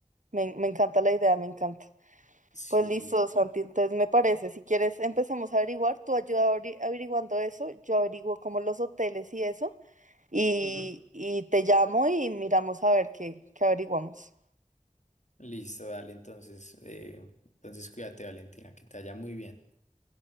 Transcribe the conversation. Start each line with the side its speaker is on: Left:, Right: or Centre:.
Right: me, me encanta la idea, me encanta.
Left: Sí,
Right: Pues listo, Santi,
Left: claro.
Right: entonces me parece, si quieres empecemos a averiguar, tú ayuda averi- averiguando eso, yo averiguo como los hoteles y eso, y,
Left: Ujú.
Right: y te llamo y miramos a ver qué, qué averiguamos.
Left: Listo, dale, entonces, eh, entonces cuídate, Valentina, que te vaya muy bien.